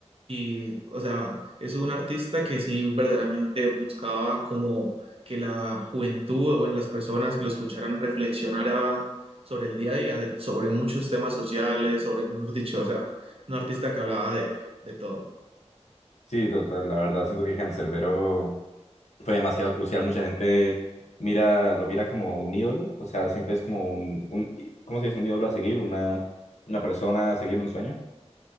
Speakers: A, on the right; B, on the left.
A: y, o sea, es un artista que sí verdaderamente buscaba como que la juventud o bueno, las personas que lo escucharan reflexionara sobre el día a día, sobre muchos temas sociales, sobre, mejor dicho, o sea, un artista que hablaba de, de todo.
B: Sí, total, la verdad, siento que Cancerbero fue demasiado crucial. Mucha gente mira, lo mira como un ídolo, o sea, siempre es como un, un- ¿cómo se dice? Un ídolo a seguir, una, una persona a seguir, un sueño.